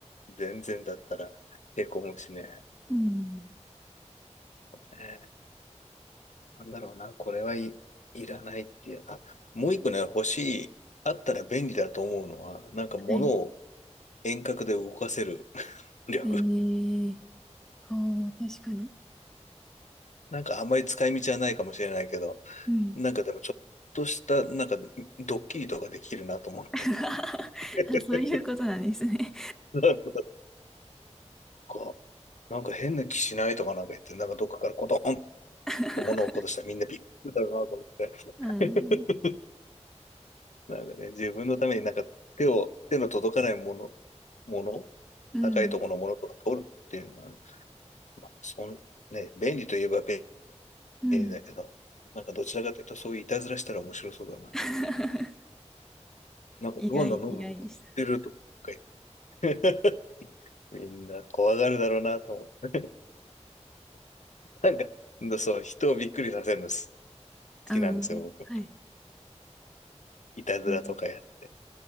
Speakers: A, on the left; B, in the centre.
A: 全然だったらへこむしね。
B: うん。
A: えーなんだろうな、これはい、いらないっていう。あ、もう一個ね、欲しい、あったら便利だと思うのは、なんか物を
B: はい。
A: 遠隔で動かせる <laughs> 力。
B: ええああー、確かに。
A: なんかあんまり使い道はないかもしれないけど、
B: うん。
A: なんかでもちょっとした、なんかドッキリとかできるなと思って。
B: <laughs> あ、
A: <laughs>
B: そういうことなんですね。
A: なんか、なんか変な気しないとかなんか言って、なんかどっかからコトン
B: <laughs>
A: と物を落っことしたらみんなびっくりだろうなと思っ
B: うん。
A: て。<laughs> なんかね、自分のためになんか手を、手の届かないもの、もの、
B: うん。
A: 高いところのものとか取るっていうのは、まあ、そん、ね、便利といえば便
B: うん。
A: 利だけど、なんかどちらかというとそういういたずらしたら面白そうだなと。
B: <laughs>
A: なんかドアのノブ持ってるとか
B: 意外、意外でし
A: 言ってみんな怖がるだろうなと思って。なんか、そう、人をびっくりさせるの好
B: た。
A: きなんですよ、
B: うん。
A: 僕。
B: はい。
A: いたずらとかやって。
B: うん、